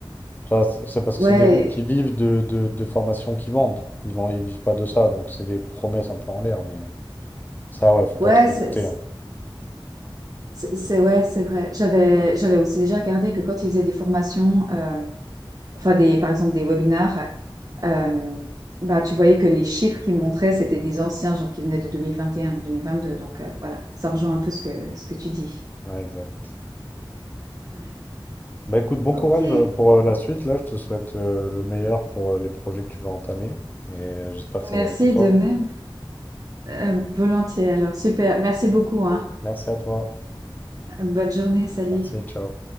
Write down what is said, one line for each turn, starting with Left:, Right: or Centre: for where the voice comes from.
Left: Ça, c'est c'est parce
Right: ouais,
Left: que c'est des gens qui vivent de, de, de formations qui vendent. Ils vont, ils vivent pas de ça. Donc c'est des promesses un peu en l'air. Mais ça, ouais, faut pas
Right: Ouais,
Left: trop
Right: c'est
Left: écouter. hein.
Right: c'est- c'est- ouais, c'est vrai. J'avais j'avais aussi déjà regardé que quand ils faisaient des formations, euh, enfin des, par exemple des webinars, Euh, bah, tu voyais que les chiffres qu'ils montraient, c'était des anciens, genre qui venaient de 2021 ou 2022. Donc euh, voilà, ça rejoint un peu ce que, ce que tu dis.
Left: Ouais, exact.
Right: Ouais.
Left: Bah écoute, bon
Right: Ok,
Left: courage euh, pour euh, la suite. Là, je te souhaite euh, le meilleur pour euh, les projets que tu vas entamer. Et euh, j'espère que ça
Right: merci
Left: va bien pour toi.
Right: de même. Euh, volontiers, alors super. Merci beaucoup, hein.
Left: Merci à toi.
Right: Bonne journée, salut.
Left: Merci, ciao.